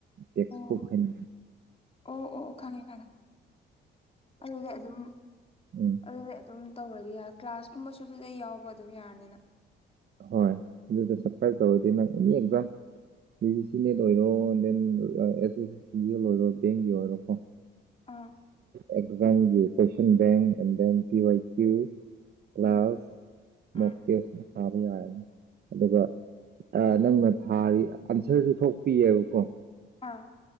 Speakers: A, on the right; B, on the left.
A: ꯇꯦꯛꯁ
B: ꯑꯣ
A: ꯐ ꯐꯥꯏꯅꯤꯡ
B: ꯑꯣ ꯑꯣ ꯈꯪꯉꯦ ꯈꯪꯉꯦ ꯑꯗꯨꯗꯤ ꯑꯗꯨꯝ
A: ꯎꯝ
B: ꯑꯗꯨꯗꯤ ꯑꯗꯨꯝ ꯇꯧꯔꯗꯤ ꯀ꯭ꯂꯥꯁ ꯀꯨꯝꯕꯁꯨ ꯑꯗꯨꯗꯤ ꯑꯩ ꯌꯥꯎꯕ ꯑꯗꯨꯝ ꯌꯥꯔꯅꯤꯅ
A: ꯍꯣꯏ ꯑꯗꯨꯗ ꯁꯞꯁꯀ꯭ꯔꯥꯏꯞ ꯇꯧꯔꯗꯤ ꯅꯪ any exam G C NET ꯑꯣꯏꯔꯣ ꯗꯦꯟ ꯑꯦꯁ ꯑꯦꯁ ꯑꯦ ꯑꯣꯏꯔꯣ ꯕꯦꯡꯒꯤ ꯑꯣꯏꯔꯣꯀꯣ
B: ꯑꯥ
A: ꯑꯦꯛꯖꯥꯝꯒꯤ question bank and then P Y Q ꯀ꯭ꯂ
B: ꯎꯝ
A: ꯃꯣꯛꯇꯁ
B: ꯎꯝ
A: ꯊꯥꯕ ꯌꯥꯔꯅꯤ ꯑꯗꯨꯒ ꯅꯪꯅ ꯊꯥꯔꯤ ꯑꯟꯁꯔꯁꯨ ꯊꯣꯛꯄꯤꯑꯕꯀꯣ
B: ꯑꯥ